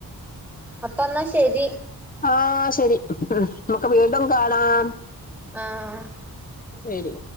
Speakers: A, in the centre; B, on the left.
A: അപ്പ എന്നാ ശരി
B: ആഹ ശരി ഉം ഇമ്മക്ക് വീണ്ടും കാണാം
A: ആഹ്
B: ശരി